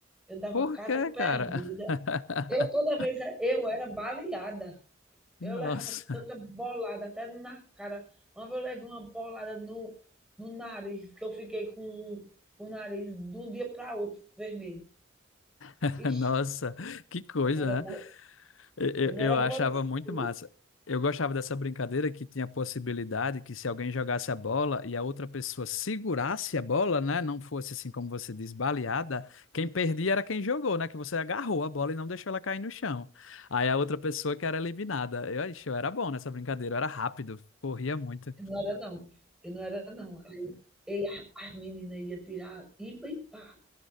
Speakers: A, in the centre; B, on the left.
A: Eu dava
B: Por
A: cada
B: quê,
A: perdida.
B: cara? <laughs>
A: Eu toda vez eu era baleada.
B: Nossa,
A: Eu levava tanta bolada até na cara. Uma vez eu levei uma bolada no, no nariz, que eu fiquei com o nariz de um dia para outro vermelho.
B: <laughs>
A: Ixi,
B: nossa, que coisa,
A: eu não era boa,
B: né? Eu,
A: eu não
B: eu
A: era
B: eu achava
A: boa nisso
B: muito
A: não, viu.
B: massa. Eu gostava dessa brincadeira que tinha a possibilidade que se alguém jogasse a bola e a outra pessoa segurasse a bola, né, não fosse assim como você diz, baleada, quem perdia era quem jogou, né, que você agarrou a bola e não deixou ela cair no chão. Aí a outra pessoa que era eliminada. Eu, ixi, eu era bom nessa brincadeira, eu era rápido, corria muito.
A: Eu não era não, eu não era não. Aí ei a as menina ia tirar ipa e par,